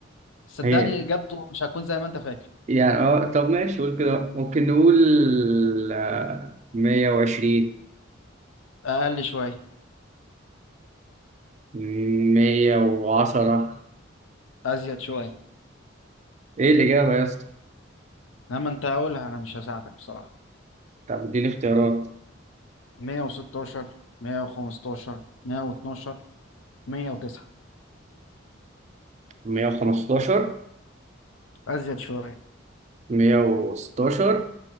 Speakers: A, on the left; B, on the right.
A: صدقني
B: هي
A: اجابته مش هتكون زي ما انت فاكر
B: يعني أه طب ماشي قول كده ممكن نقول آه، مية وعشرين
A: اقل شوية
B: مية وعشرة
A: ازيد شوية
B: إيه الإجابة يا اسطى؟
A: لما انت هقولها انا مش هساعدك بصراحة
B: طب إديني اختيارات
A: 116 115 112 109
B: مية وخمستاشر
A: ازيد شوية
B: مية وستاشر